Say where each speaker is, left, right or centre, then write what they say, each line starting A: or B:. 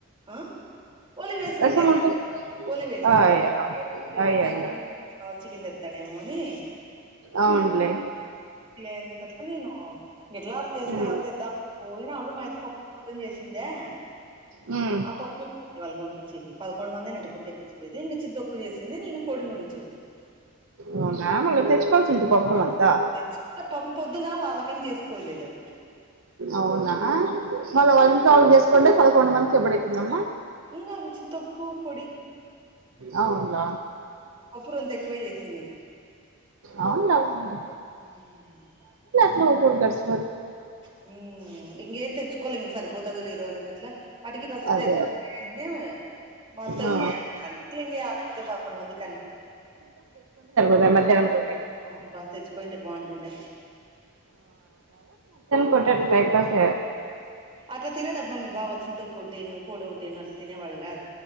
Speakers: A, on the right; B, on the right.
A: ఆ ఓలీ వేసి
B: రసం
A: పెట్టిస్
B: ఉంటు
A: ఓలీ వేసిన
B: అయ్యో
A: ఏంటికి లే ఇంగ
B: అయ్యయ్యో
A: నైట్ కి మీ బావ చికెన్ తెత్తాడేమో అని
B: అవునులే
A: లేనింతట్ల నేను ఎట్లా చేస్తా
B: ఉమ్
A: కదా తెద్దాముఅని పోయిన అప్పుడు మా అత్త పప్పు పొద్దుం చేసిందే
B: ఉమ్
A: ఆ పప్పు <inaudible> చి పదకొండు మందిని అంటి కొట్టి ఏ పిచ్చింది కొంచెం తక్కువ చేసింది నేను పొడి నూరి ఇచ్చిన
B: అవునా మళ్ళీ తెచ్చుకోవాల్సింటి పప్పులంతా
A: తెచ్చుకుంటే పొద్దున వాళ్ళకని చేసుకోలేదు అది
B: అవునా
A: ఏ
B: వాళ్ళు <inaudible> చేసుకుంటే పదకొండు మందికి ఎప్పుడైతుంది అమ్మ
A: ఇంగా కొంచెం తొక్కు పొడి
B: అవును ల
A: పప్పు రొంత ఎక్కువే చేసింది
B: అవును వు ఉంది
A: వేరే లేము
B: ఒక్కో ధర్శీ
A: హు ఇంగామే తెచ్చుకోలే ఇంగా సరిపోదు లేదో అనేసరికి అట్లా అటుకి రసం
B: అదే
A: చేద్దాంలే అంటే మా అత్తయ్య
B: ఆ
A: ఇగ అందుకే ఇగ ఏమైతాంది పదకొండు మందికి అని
B: మధ్యాహ్ననికి
A: అవును రా తెచ్చుకోయింటే బాగుంటుండే <inaudible>
B: పోటాకి టైంపాస్
A: అట్ల తినడు అబ్బా మీ బావ చింత కొట్టేను పొడి కొట్టేను అట్ల తినేవాడు కాదు